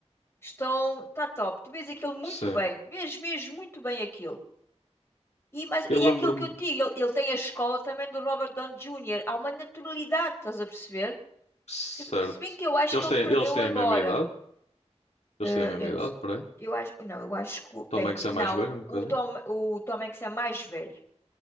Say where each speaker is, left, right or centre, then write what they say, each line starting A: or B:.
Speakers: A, on the left; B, on the left.
A: Estão, está top. Tu vês aquilo muito
B: Sim.
A: bem. Vês mesmo muito bem aquilo. E, mas,
B: Eu
A: e
B: lembro-me,
A: é aquilo que eu te digo, ele, ele tem a escola também do Robert Downey Jr. Há uma naturalidade, estás a perceber?
B: certo.
A: Se, se bem que eu acho
B: Eles
A: que ele
B: têm,
A: perdeu
B: eles têm
A: agora.
B: a mesma idade? Eles
A: Eh,
B: têm a mesma
A: eu
B: idade,
A: não sei.
B: peraí.
A: Eu acho, não, eu acho que. o-
B: Tom
A: Bem,
B: Hanks é
A: não.
B: mais velho um bocadinho?
A: O Tom, o Tom Hanks é mais velho.